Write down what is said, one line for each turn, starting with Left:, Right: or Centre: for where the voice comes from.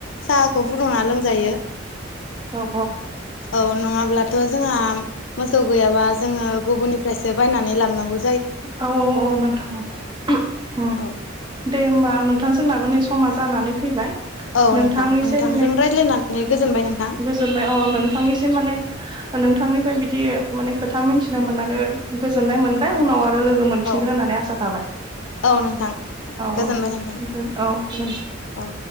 Left: साहाखौ फुदुंना लोंजायो।
Right: औ औ
Left: औ नङाब्लाथ' जोंहा मोसौ गैयाबा जोङो गुबुननिफ्रायसो बायनानै लाबनांगौ
Right: औ औ औ नोंथां औ हुम।
Left: औ
Right: दे होमबा नोंथां जोंनाबो नै समा जानानै फैबाय।
Left: औ
Right: नोंथांनिसिम
Left: नोंथां नोंथांजों रायज्लायनानै गोजोनबाय नोंथां।
Right: जोनबाय अ नोंथांनिसिम माने नोंथांनिफ्राय बिदि माने खोथा मिथिनो मोननानै गोजोननाय मोनबाय उनाव आरो लोगो लोगो मोनफिनगोन
Left: औ
Right: होननानै आसा थाबाय
Left: औ नोंथां
Right: औ
Left: गोजोनबाय
Right: औ
Left: नोंथां
Right: औ गोजोनथ
Left: औ।